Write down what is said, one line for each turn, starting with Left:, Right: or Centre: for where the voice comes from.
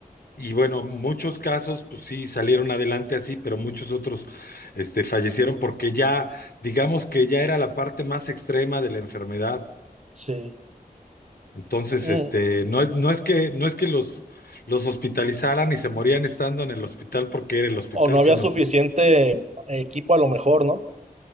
Left: Y bueno, muchos casos, pues sí, salieron adelante así, pero muchos otros, este, fallecieron porque ya, digamos que ya era la parte más extrema de la enfermedad.
Right: sí.
Left: Entonces,
Right: Mm.
Left: este, no es, no es que, no es que los, los hospitalizaran y se morían estando en el hospital porque era el hospital,
Right: O no había
Left: sino,
Right: suficiente equipo a lo mejor, ¿no?